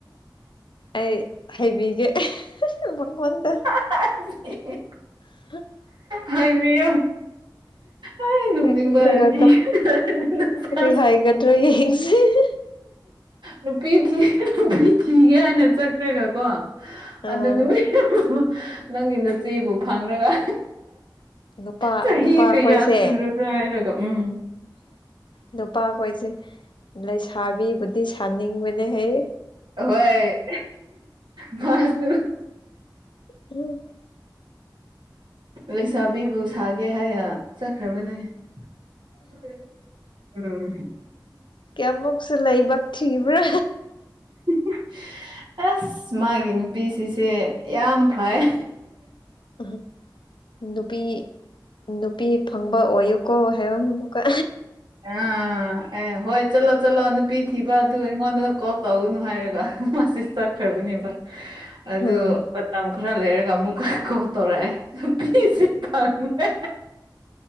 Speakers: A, on the left (about 80°); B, on the right (about 75°).
A: ꯑꯩ ꯍꯩꯕꯤꯒꯦ ꯃꯥꯉꯣꯟꯗ
B: <unintelligible>
A: <unintelligible>
B: ꯍꯥꯏꯕꯤꯌꯣ ꯑꯥꯏ ꯅꯣꯛꯅꯤꯡꯕ
A: ꯍꯥꯏꯕꯤꯔꯒ
B: ꯑꯁꯤ <unintelligible>
A: ꯀꯔꯤ <unintelligible>
B: ꯅꯨꯄꯤ ꯊꯤꯒꯦ ꯅꯨꯄꯤ ꯊꯤꯒꯦ ꯍꯥꯏꯅ ꯆꯠꯈ꯭ꯔꯒ ꯀꯣ
A: ꯑꯥ
B: ꯑꯗꯨ ꯅꯨ <unintelligible> ꯅꯪꯒꯤ ꯅꯆ‌ꯦꯕꯨ ꯐꯪꯔꯒ
A: ꯅꯨꯄꯥ
B: ꯆꯍꯤ
A: ꯅꯨꯄꯥꯈꯣꯏꯁꯦ
B: ꯀꯌꯥ ꯁꯨꯔꯕ꯭ꯔꯥ ꯍꯥꯏꯔꯒ ꯎꯝ
A: ꯅꯨꯄꯥꯈꯣꯏꯁꯦ ꯂꯩꯁꯥꯕꯤꯕꯨꯗꯤ ꯁꯥꯅꯤꯡꯕꯅꯦꯍꯦ
B: ꯑꯍꯣꯏ ꯃꯥꯁꯨ
A: ꯎ
B: ꯂꯩꯁꯥꯕꯤꯕꯨ ꯁꯥꯒꯦ ꯍꯥꯏꯅ ꯆꯠꯈ꯭ꯔꯕꯅꯦ <unintelligible> ꯎꯝ
A: ꯀꯌꯥꯃꯨꯛꯁꯨ ꯂꯥꯏꯕꯛ ꯊꯤꯕ꯭ꯔꯥ
B: <unintelligible> ꯑꯁ ꯃꯥꯒꯤ ꯅꯨꯄꯤꯁꯤꯁꯦ ꯌꯥꯝ ꯐꯩ
A: ꯍꯥ ꯅꯨꯄꯤ ꯅꯨꯄꯤ ꯐꯪꯕ ꯑꯣꯏꯌꯨꯀꯣ ꯍꯥꯏꯕ ꯑꯃꯨꯛꯀ
B: ꯑꯥ ꯑꯦ ꯍꯣꯏ ꯆꯠꯂꯣ ꯆꯠꯂꯣ ꯅꯨꯄꯤ ꯊꯤꯕ ꯑꯗꯨ ꯑꯩꯉꯣꯟꯗꯒ ꯀꯣꯜ ꯇꯧꯒꯨꯅꯨ ꯍꯥꯏꯔꯒ ꯍꯥꯍꯥ ꯃꯥꯖꯤ ꯆꯠꯈ꯭ꯔꯕꯅꯦꯕ ꯑꯗꯨ
A: ꯑꯥ
B: ꯃꯇꯝ ꯈꯔ ꯂꯩꯔꯒ ꯑꯃꯨꯛꯀ ꯀꯣꯜ ꯇꯧꯔꯛꯑꯦ ꯀꯩꯁꯤ ꯈꯪꯗꯦ